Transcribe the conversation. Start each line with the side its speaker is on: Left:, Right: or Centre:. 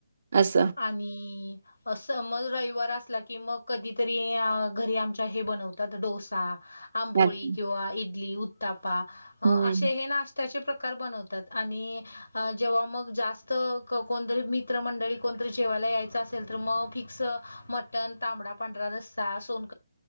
Right: असं.
Left: आणि आणि. अस मग रविवार असला की मग कधीतरी घरी आमच्या हे बनवतात डोसा आंबोळी
Right: अच्छा.
Left: किंवा इडली उत्तापा
Right: हं.
Left: असे हे नाशते त्याचे प्रकार बनवतात आणि जेव्हा मग जास्त कोणतरी मित्र मंडळी कोणतरी जेवायला यायचं असेल तर मग फिक्स मटन तांबडा पांढरा रस्सा सोन